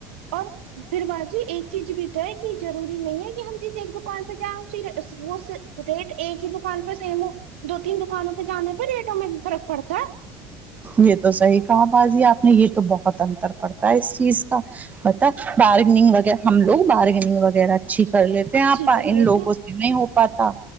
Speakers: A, on the right (about 80°); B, on the right (about 25°).
A: اور پھر باجی ایک چیز بھی تو ہے کی ضروری نہیں ہے کی ہم جسے ایک دکان پے جائیں اس اس وس ریٹ ایک ہی دکان پے سیم ہو دو تین دکانوں پے جانے پے ریٹوں میں بھی فرق پڑتا ہے
B: یے تو صحیح کہا باجی آپ نے یے تو بہت انتر پڑتا ہے اس چیز کا پتا بارگنگ وغیرہ ہم لوگ بارگنگ وغیرہ اچھی کر لیتے ہیں
A: اچھی
B: آپا
A: کر
B: ان
A: لیتے
B: لوگوں سے نہیں ہو پاتا